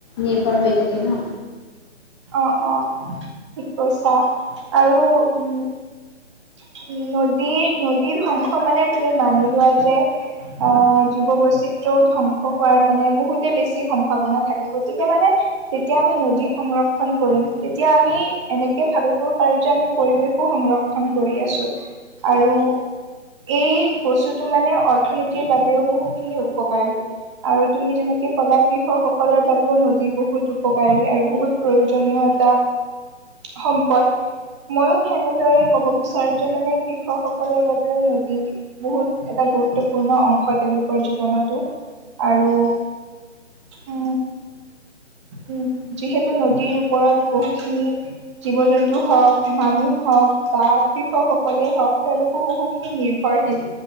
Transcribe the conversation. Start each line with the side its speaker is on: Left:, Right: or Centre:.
Left: নিৰ্ভৰ হৈ থাকে ন
Right: অ অ ঠিক কৈছা আৰু উম <inaudible> উ নদী নদী ধ্বংস মানে তুমি মানি লোৱা যে অ জীৱ বৈচিত ধ্বংস হোৱাৰ মানে বহুতে বেছি সম্ভাৱনা থাকে গতিকে মানে যেতিয়া আমি নদী সংগ্ৰহ কৰিম তেতিয়া আমি এনেকে ভাবিব পাৰো যে আমি পৰিৱেশো সংৰক্ষণ- কৰি আছোঁ আৰু এই বস্তুটো মানে অৰ্থনীতিৰ বাবেও বহুখিনি উপকাৰী আৰু তুমি তেনেকে কলা কৃষক সকলৰ বাবেও নদী বহুত উপকাৰী আৰু বহুত প্ৰয়োজনীয়। এটা সম্পদ মইও সেনেদৰে ক'ব বিচাৰো যে মানে কৃষকসকলৰ বাবেও নদী বহুত এটা গুৰুত্বপূৰ্ণ অংশত তেওঁলোকৰ জীৱনতো আৰু উ উ যিহেতু নদীৰ ওপৰত বহুখিনি জীৱ জন্তু হওক মানুহ হওক বা কৃষকসকলে হওক তেওঁলোকো বহু খিনি নিৰ্ভৰশীল